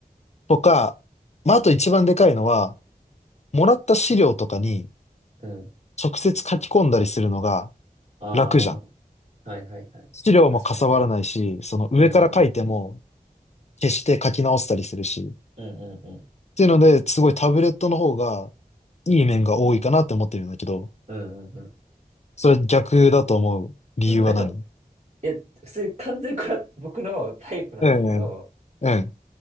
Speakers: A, on the left; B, on the right.
A: とか、まあ、あと一番でかいのは、もらった資料とかに
B: うん。
A: 直接書き込んだりするのが
B: あ
A: 楽じゃん。
B: あ。はいはいはい。
A: 資料もかさばらないし、
B: 確かにね。
A: その上から書いても
B: うんうん。
A: 消して書き直したりするし。
B: うんうんうん。
A: っていうので、すごいタブレットの方がいい面が多いかなって思ってるんだけど、
B: うんうんうん、
A: それ逆だと思う理由は何
B: うんなんか、いや、普通に完全にこれは僕のタイプなんだけど、
A: うんうん。うん。